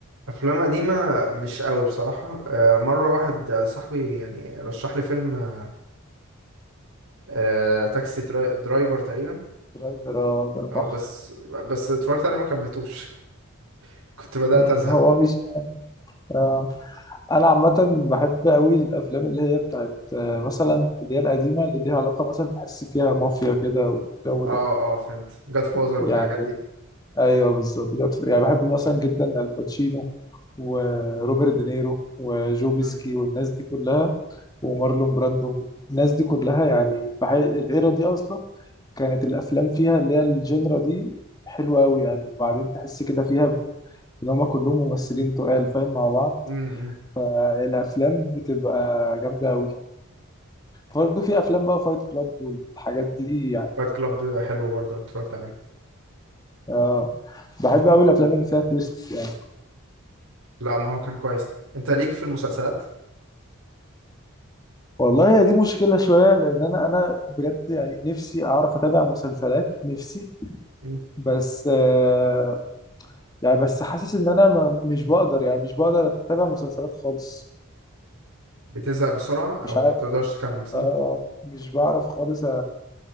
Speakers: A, on the right; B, on the left.
A: افلام قديمة مش قوي بصراحة آه، مرة واحد صاحبي يعني رشح لي فيلم آه، آه، تاكسي تراي- درايفر تقريبا
B: درايفر اه ده
A: آه،
B: تحفة
A: بس بس اتفرجت عليه ما كملتوش <laughs> كنت بدأت
B: مم،
A: ازهق
B: هو مش آه، انا عامة بحب قوي الافلام اللي هي بتاعت آه، مثلا اللي هي القديمة اللي ليها علاقة مثلا تحس فيها مافيا كده والجو
A: اه
B: ده
A: اه فهمت جاد فازر
B: يعني
A: والحاجات دي
B: ايوه بالظبط ده- تف- يعني بحب مثلا جدا الباتشينو وروبرت دينيرو وجو بيسكي
A: امم
B: والناس دي كلها ومارلون براندو الناس دي كلها يعني بحي... الايرا دي اصلا كانت الافلام فيها اللي هي الجنرا دي حلوة قوي يعني وبعدين تحس كده فيها ان هم كلهم ممثلين تقال فاهم مع بعض
A: امم
B: فالافلام بتبقى جامده قوي برضه في افلام بقى فايت كلاب والحاجات دي يعني
A: فايت كلاب حلو برضه اتفرجت عليه
B: اه بحب قوي الافلام اللي فيها تويست يعني
A: لا ما هو كان كويس انت ليك في المسلسلات
B: والله دي مشكله شويه لان انا انا بجد يعني نفسي اعرف اتابع مسلسلات نفسي
A: مم.
B: بس آه يعني بس حاسس ان انا ما مش بقدر يعني مش بقدر اتابع مسلسلات خالص
A: بتزهق بسرعة او
B: مش عارف
A: ما تقدرش تكمل صح
B: اه مش بعرف خالص أ-